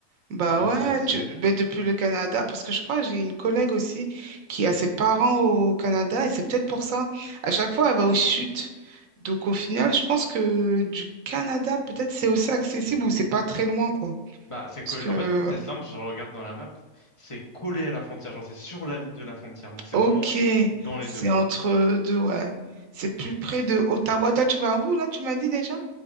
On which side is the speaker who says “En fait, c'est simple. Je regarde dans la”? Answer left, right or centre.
Left